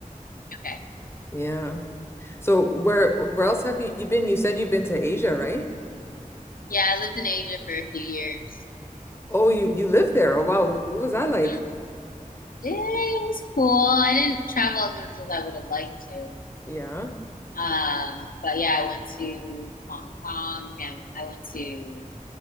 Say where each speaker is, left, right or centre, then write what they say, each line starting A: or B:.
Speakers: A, on the left (about 85°); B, on the left (about 15°).
A: Okay.
B: Yeah. So where where else have you you been? You said you've been to Asia, right?
A: Yeah, I lived in Asia for a few years.
B: Oh, you you lived there. Oh wow, what was that like?
A: hmm Yeah, it was cool. I didn't travel as much as I would have liked to.
B: Yeah.
A: Um, but yeah, I went to Hong Kong, Japan. I went to